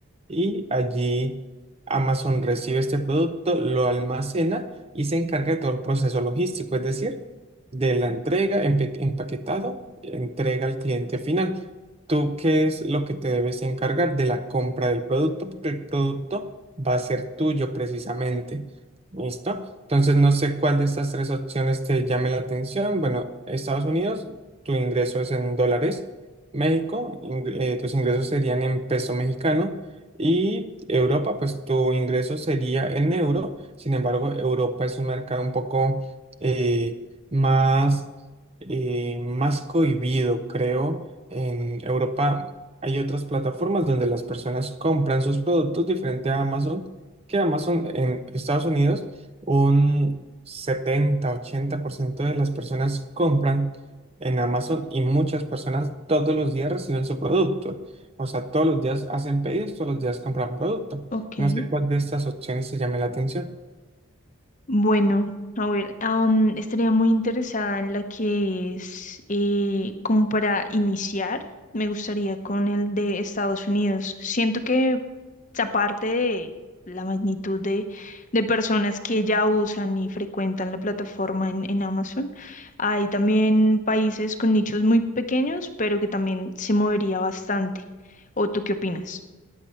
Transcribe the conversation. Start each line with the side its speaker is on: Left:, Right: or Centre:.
Right: Y allí Amazon recibe este producto, lo almacena y se encarga de todo el proceso logístico, es decir, de la entrega, empe- empaquetado, entrega al cliente final. ¿Tú qué es lo que te debes encargar de la compra del producto? Porque el producto va a ser tuyo precisamente. ¿Listo? Entonces no sé cuál de estas tres opciones te llame la atención. Bueno, Estados Unidos, tu ingreso es en dólares. México, ing- eh, tus ingresos serían en peso mexicano. Y Europa, pues tu ingreso sería en euro. Sin embargo, Europa es un mercado un poco eh, más, eh, más cohibido, creo. En Europa hay otras plataformas donde las personas compran sus productos diferente a Amazon, que Amazon en Estados Unidos, un setenta ochenta por ciento de las personas compran en Amazon y muchas personas todos los días reciben su producto. O sea, todos los días hacen pedidos, todos los días compran producto.
Left: Ok.
Right: No sé cuál de estas opciones te llame la atención.
Left: Bueno, a ver, am, estaría muy interesada en la que es eh, como para iniciar, me gustaría con el de Estados Unidos. Siento que aparte de la magnitud de, de personas que ya usan y frecuentan la plataforma en, en Amazon, hay también países con nichos muy pequeños, pero que también se movería bastante. ¿O tú qué opinas?